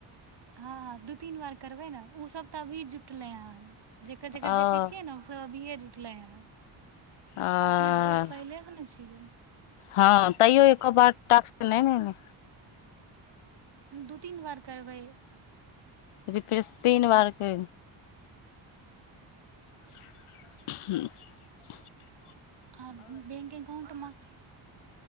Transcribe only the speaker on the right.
हँ हँ दू तीन बार करबै ने ओसभ तऽ अभी जुटलै हन जेकर
जेकर देखे छियै ने ओ सब अभिये जुटलै हन
अपने तऽ बहुत पहिले सुन छी छिकै
दू तीन बार करबै
आ बैंक अकउंटमे